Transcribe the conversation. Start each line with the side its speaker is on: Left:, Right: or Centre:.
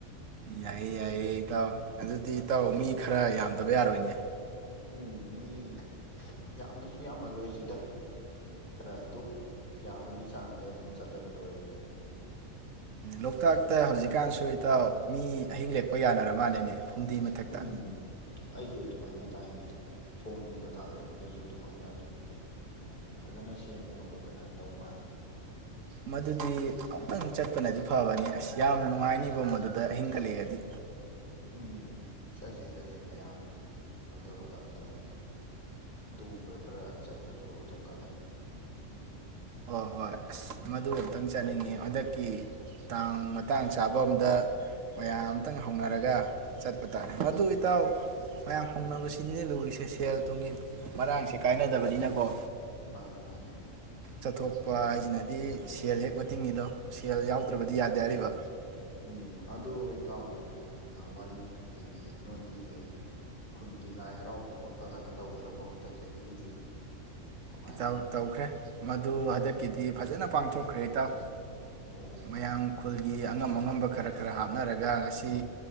Right: ꯌꯥꯏꯌꯦ ꯌꯥꯏꯌꯦ ꯏꯇꯥꯎ ꯑꯗꯨꯗꯤ ꯏꯇꯥꯎ ꯃꯤ ꯈꯔ ꯌꯥꯝ ꯑꯣꯏꯕ ꯌꯥꯔꯣꯏꯅꯦ
Left: ꯎꯝ ꯃꯤ ꯌꯥꯝꯅꯁꯨ ꯌꯥꯝꯃꯜꯂꯣꯏꯁꯤꯗ ꯈꯔ ꯑꯗꯨ ꯌꯥꯕꯒꯤ ꯆꯥꯡꯗ ꯑꯗꯨꯝ ꯆꯠꯂꯒ ꯂꯣꯏꯔꯦꯗ
Right: ꯂꯣꯛꯇꯥꯛꯇ ꯍꯧꯖꯤꯛꯀꯥꯟꯁꯨ ꯇ ꯃꯤ ꯑꯍꯤꯡ ꯂꯦꯛꯞꯄ ꯍꯈꯣꯏ ꯌꯥꯅꯔ ꯃꯥꯜꯂꯅꯦ ꯐꯨꯝꯗꯤ ꯃꯊꯛꯇ
Left: ꯎꯝ ꯑꯩꯁꯨ ꯑꯗꯨꯃꯥꯏꯅ ꯇꯥꯏꯅꯦ ꯐꯣꯟ ꯅꯨꯡꯗ ꯊꯥꯒꯠꯂꯛꯄꯗꯁꯨ ꯑꯗꯨꯃꯥꯏꯅ ꯑꯗꯨꯝꯣꯏ ꯃꯣꯏ ꯐꯖꯅ ꯁꯦꯝꯗꯅ ꯈꯣꯠꯇꯅ ꯇꯧ ꯃꯥꯜꯂꯦ
Right: ꯃꯗꯨꯗꯤ
Left: ꯁꯤ
Right: ꯑꯃꯨꯛꯇꯪ ꯆꯠꯄꯅꯗꯤ ꯐꯕꯅꯤ ꯑꯁ ꯌꯥꯝꯅ ꯅꯨꯡꯉꯥꯏꯅꯤꯕ ꯃꯗꯨꯗ ꯑꯍꯤꯡꯒꯠꯂꯛꯑꯗꯤ
Left: ꯎꯝ ꯆꯠꯁꯦ ꯆꯠꯁꯦ ꯃꯌꯥꯝ ꯀꯩꯅꯣ ꯇꯧꯔꯒ ꯑꯝꯇꯪ ꯑꯗꯨꯒꯨꯝꯕ ꯈꯔ ꯆꯠꯄꯁꯨ ꯑꯗꯨꯝ ꯀꯥꯟꯅꯩ
Right: ꯑꯣ ꯍꯣꯏ ꯑꯁ ꯃꯗꯨ ꯑꯝꯇꯪ ꯆꯠꯅꯤꯡꯉꯤ ꯍꯟꯗꯛꯀꯤ ꯇꯥꯡ ꯃꯇꯥꯡ ꯆꯥꯕ ꯑꯝꯗ ꯃꯌꯥꯝ ꯈꯤꯇꯪ ꯍꯧꯅꯔꯒ ꯆꯠꯄ ꯇꯥꯔꯦ ꯃꯗꯨ ꯏꯇꯥꯎ ꯃꯌꯥꯝ ꯍꯧꯅꯕꯁꯤ ꯆꯤꯟꯅ ꯂꯨꯔꯤꯁꯦ ꯁꯦꯜ ꯊꯨꯝꯒꯤ ꯃꯔꯥꯡꯁꯦ ꯀꯥꯏꯅꯗꯕ ꯑꯅꯤꯅꯀꯣ
Left: ꯃꯥꯅꯦ ꯃꯥꯅꯦ
Right: ꯆꯠꯊꯣꯛꯄ ꯍꯥꯏꯁꯤꯅꯗꯤ ꯁꯦꯜ ꯍꯦꯛ ꯃꯇ ꯇꯤꯡꯉꯤꯗꯣ ꯁꯦꯜ ꯌꯥꯎꯗ꯭ꯔꯕꯗꯤ ꯌꯥꯗꯦ ꯍꯥꯏꯔꯤꯕ
Left: ꯎꯝ ꯑꯗꯨ ꯏꯇꯥꯎ ꯋꯥꯔꯤꯁꯨ ꯋꯥꯔꯤꯅꯤ ꯅꯣꯏꯒꯤ ꯈꯨꯟꯒꯤ ꯂꯥꯏ ꯍꯔꯥꯎꯕ ꯈꯣꯠꯄ ꯀꯥꯟꯅ ꯇꯧꯗ꯭ꯔꯕꯣ ꯍꯟꯗꯛ ꯆꯍꯤꯒꯤꯗꯤ ꯀꯃꯥꯏꯅ
Right: ꯏꯇ ꯇꯧꯈ꯭ꯔꯦ ꯃꯗꯨ ꯍꯟꯗꯛ ꯀꯤꯗꯤ ꯐꯖꯅ ꯄꯥꯡꯊꯣꯛꯈ꯭ꯔꯦ ꯏ ꯇꯥꯎ
Left: ꯑꯣ
Right: ꯃꯌꯥꯝꯡ ꯈꯨꯜꯒꯤ ꯑꯉꯝ ꯑꯉꯝꯕ ꯈꯔ ꯈꯔ ꯍꯥꯞꯅꯔꯒ ꯉꯁꯤ